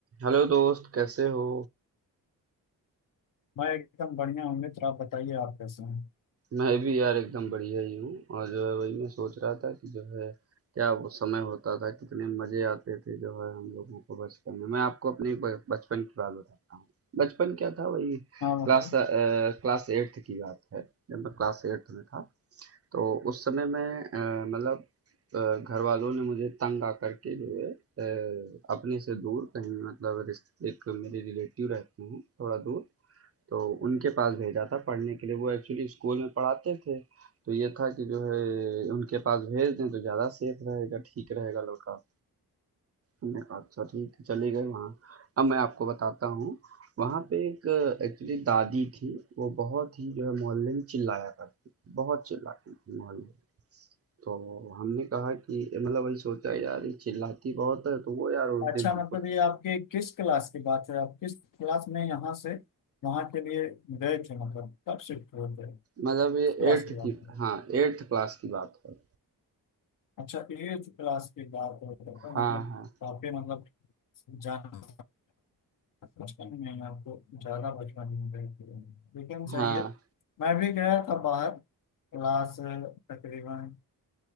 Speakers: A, on the right (about 40°); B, on the left (about 60°).
A: Hello दोस्त कैसे हो
B: मैं एकदम बढ़िया हूँ मित्र आप बताइए आप कैसे हैं
A: मैं भी यार एकदम बढ़िया ही हूँ और जो है वही मैं सोच रहा था कि जो है क्या वो समय होता था कितने मजे आते थे जो है हम लोगों को बचपन में मैं आपको अपने ब- बचपन की बात बताता हूँ बचपन क्या था वही
B: हाँ
A: क्लास
B: मतलब
A: अ, क्लास एट्थ की बात है जब मैं क्लास एट्थ में था तो उस समय मैं अ, मतलब अ, घर वालों ने मुझे तंग आकर के जो है अ, अपने से दूर कहीं मतलब रिश्ते- एक मेरे रिलेटिव रहते हैं थोड़ा दूर तो उनके पास भेजा था पढ़ने के लिए वो एक्चुअली स्कूल में पढ़ाते थे तो ये था कि जो है उनके पास भेज दें तो ज़्यादा सेफ रहेगा ठीक रहेगा लड़का हमने कहा अच्छा ठीक है चले गए वहाँ अब मैं आपको बताता हूँ वहाँ पे एक एक्चुअली दादी थी वो बहुत ही जो है मोहल्ले में चिल्लाया करती थी बहुत चिल्लाती थी मोहल्ले में तो हमने कहा कि मतलब वही सोचा यार ये चिल्लाती बहुत है तो वो यार उस
B: अच्छा
A: दिन हमको
B: मतलब ये आपके किस क्लास की बात है आप किस क्लास में यहाँ से वहाँ के लिए गए थे मतलब कब शिफ्ट हुए थे
A: मतलब
B: किस
A: ये
B: क्लास
A: एट्थ
B: की बात
A: की
B: है
A: हाँ एट्थ क्लास की बात है
B: अच्छा एट्थ क्लास की बात है तब तो
A: हाँ
B: मतलब
A: हाँ
B: काफी मतलब जान बचपन में ही आपको ज्यादा बचपन में गए थे लेकिन सही
A: हाँ
B: है मैं भी गया था बाहर क्लास तकरीबन